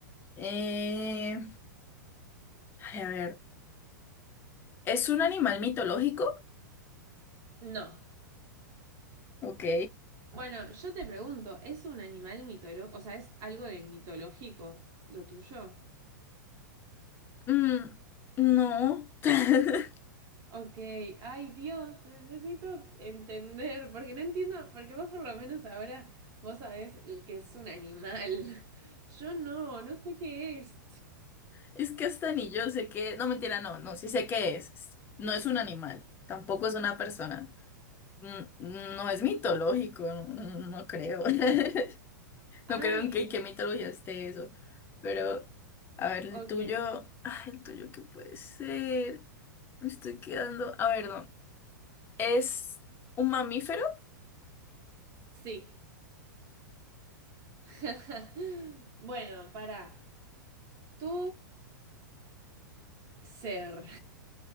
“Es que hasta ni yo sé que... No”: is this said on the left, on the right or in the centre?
Left